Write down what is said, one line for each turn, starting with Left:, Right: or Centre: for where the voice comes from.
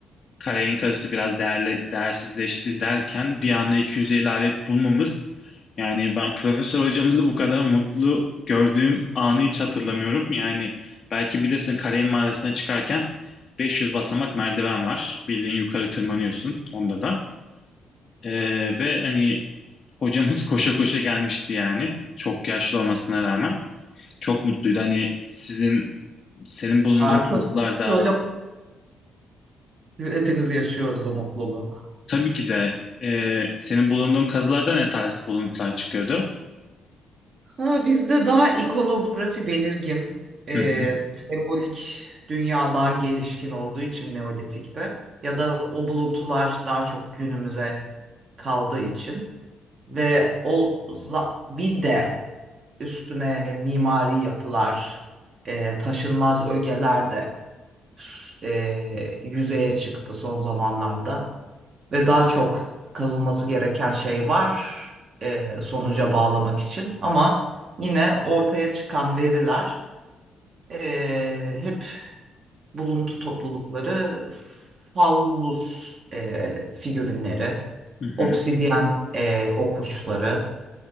Left: Karayın kazısı biraz değerli, değersizleşti derken bir anda 250 alet bulmamız yani ben profesör hocamızı bu kadar mutlu gördüğüm anı hiç hatırlamıyorum. Yani belki bilirsin Karayın mağarasına çıkarken 500 basamak merdiven var. Bildiğin yukarı tırmanıyorsun onda da. Ee, ve hani hocamız <laughs> koşa koşa gelmişti yani. Çok yaşlı olmasına rağmen. Çok mutluydu. Hani sizin senin bulunduğun
Right: Arke-
Left: kızlarda
Right: Arkeolog hepimiz yaşıyoruz o mutluluğu.
Left: Tabii ki de e, senin bulunduğun kazılarda ne tarz buluntular çıkıyordu?
Right: Ha, bizde daha ikonografi belirgin, e,
Left: Hı hı,
Right: sembolik dünya daha gelişkin olduğu için Neolitik'te ya da o buluntular daha çok günümüze kaldığı için ve o za- bir de üstüne mimari yapılar, e, taşınmaz ögeler de s- e, yüzeye çıktı son zamanlarda. ve daha çok kazılması gereken şey var e, sonuca bağlamak için. Ama yine ortaya çıkan veriler e, hep buluntu toplulukları, fallus e, figürinleri,
Left: hı hı.
Right: obsidyen e, okuçları,